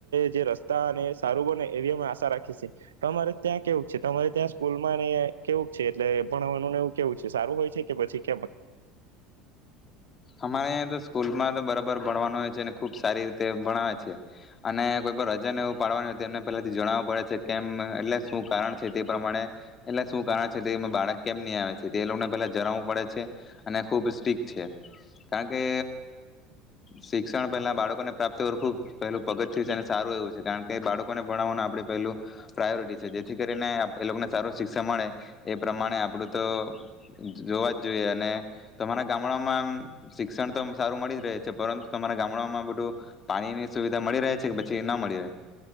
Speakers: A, on the right (about 75°); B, on the left (about 30°).
A: જે રસ્તા અને સારું બને એવી અમે આશા રાખીએ છે. તમારે ત્યાં કેવું છે? તમારે ત્યાં સ્કૂલમાં કેવું છે એટલે ભણાવવાનું એવું કેવું છે? સારું હોય છે. કે પછી કેમ
B: અમારેંયા તો સ્કૂલમાં તો બરાબર ભણવાનું હોય છે અને ખુબ સારી રીતે ભણાવે છે અને કોઈ પણ રજાને એવું પાડવાનું હોય તો એમને પહેલાથી જણાવું પડે છે કેમ એટલે શું કારણ છે? તે પ્રમાણે એટલે શું કારણ છે, બાળક કેમ નહી આવે છે? તે લોકોને પેલા જણાવવું પડે છે અને ખુબ સ્ટ્રિક્ટ છે. કારણ કે શિક્ષણ પહેલા બાળકોને પ્રાપ્ત હરખૂ પહેલું પગથિયું છે અને સારું એવું છે કારણ કે બાળકોને ભણવાનું આપણે પહેલું પ્રાયોરિટી છે જેથી કરીને એ લોકોને સારું શિક્ષણ મળે. એ પ્રમાણે આપણું તો જોવા જ જોઈએ અને તો મારા ગામડામાં આમ શિક્ષણ તો સારું મળી જ રહે છે પરંતુ તમારા ગામડામાં બધું પાણીની સુવિધા મળી રહે છે, કે પછી ના મળી રહે?